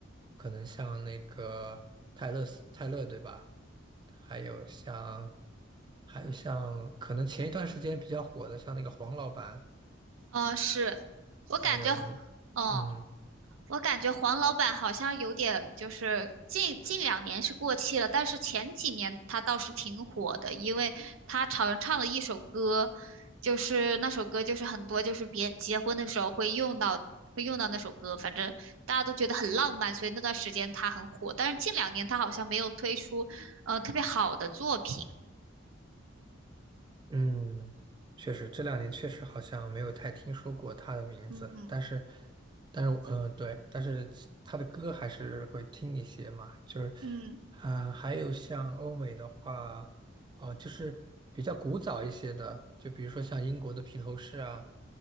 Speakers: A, on the right (about 25°); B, on the right (about 85°).
A: 可能像那个泰勒斯泰勒，对吧？还有像，还有像，可能前一段时间比较火的，像那个黄老板，
B: 嗯、是我感觉，
A: 还有，
B: 嗯、
A: 嗯
B: 我感觉黄老板好像有点，就是近近两年是过气了，但是前几年他倒是挺火的，因为他常唱了一首歌，就是那首歌就是很多就是别结婚的时候会用到会用到那首歌，反正大家都觉得很浪漫，所以那段时间他很火。但是近两年他好像没有推出呃特别好的作品。
A: 嗯，确实这两年确实好像没有太听说过他的名字，
B: 嗯
A: 但是，但是，嗯、呃对，但是他的歌还是会听一些嘛，就是，
B: 嗯，
A: 啊、还有像欧美的话，哦、就是比较古早一些的，就比如说像英国的披头士啊，